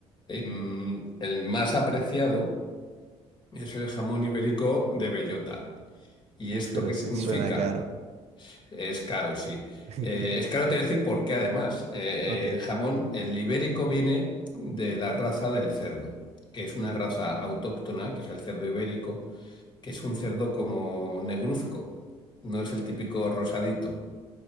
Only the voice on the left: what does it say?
Em, el más apreciado es el jamón ibérico de bellota. ¿Y
esto
qué
significa?
Es caro, sí.
Eh, es caro, te voy a decir por qué además. Eh, eh,
el jamón, el ibérico viene de la raza del cerdo, que es una raza autóctona, que es el cerdo ibérico, que es un cerdo como negruzco, no es el típico rosadito.